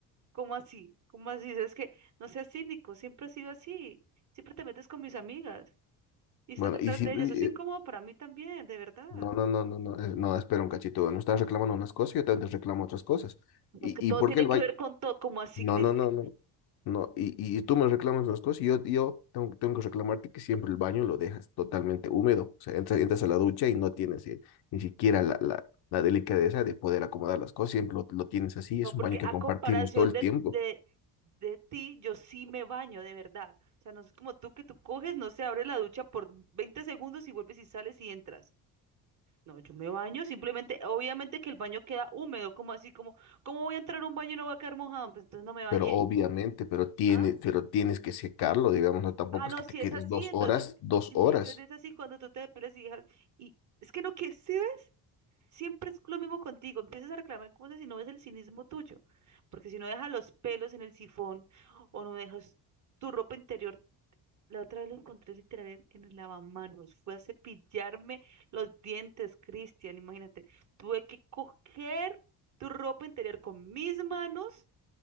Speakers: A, on the right (about 45°); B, on the left (about 70°).
A: ¿Cómo así? ¿Cómo así? Es que no seas cínico, siempre ha sido así. Siempre te metes con mis amigas y estás
B: bueno,
A: detrás
B: y si,
A: de
B: eh,
A: ellas. Eso es incómodo para mí también, de verdad.
B: no, no, no, no, no, eh, no, espera un cachito, no estás reclamando unas cosas, yo también te reclamo otras cosas.
A: No,
B: ¿Y,
A: es que todo
B: y por
A: tiene
B: qué el,
A: que
B: va-
A: ver con todo, como así,
B: No,
A: Cristian.
B: no, no, no. No, y, y tú me reclamas unas cosas y yo, yo tengo, tengo que reclamarte que siempre el baño lo dejas totalmente húmedo. O sea, entras, entras a la ducha y no tienes eh, ni siquiera la, la, la delicadeza de poder acomodar las cosas. Siempre lo, lo tienes así.
A: No,
B: Es
A: porque
B: un baño que
A: a
B: compartimos
A: comparación
B: todo el
A: de,
B: tiempo.
A: de, de ti, yo sí me baño, de verdad. O sea, no es como tú que tú coges, no se abre la ducha por 20 segundos y vuelves y sales y entras. No, yo me baño, simplemente, obviamente que el baño queda húmedo, como así, como, ¿cómo voy a entrar a un baño y no voy a quedar mojado? Pues entonces no me bañé.
B: Pero obviamente, pero, tiene,
A: Ah,
B: pero tienes que secarlo, digamos, no tampoco
A: ah, no,
B: es que
A: si
B: te quedes
A: es así,
B: dos
A: entonces,
B: horas, dos
A: y-
B: horas.
A: y- entonces es así cuando tú te depilas y dejas, y es que no, que si ves? Siempre es lo mismo contigo, empiezas a reclamar cosas y no ves el cinismo tuyo, porque si no dejas los pelos en el sifón o no dejas tu ropa interior La otra vez lo encontré literal en, en el lavamanos. Fue a cepillarme los dientes, Cristian. Imagínate, tuve que coger tu ropa interior con mis manos